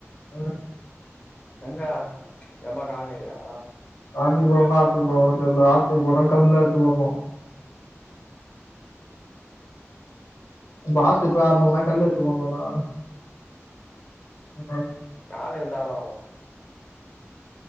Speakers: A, on the left; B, on the left.
A: ம்,
B: எங்க எம் ஆர் கால்னிலயா
A: கால்னி போவ்னா ஆத்துக்கு போவ்னா தெர்ல ஆத்துக்கு போனா கல்லா எத்து போணு இப்ப ஆத்துக் போனமுனா கல்லு எத்து போனுமன்டா ஹலோ
B: கால்ல எந்தாளு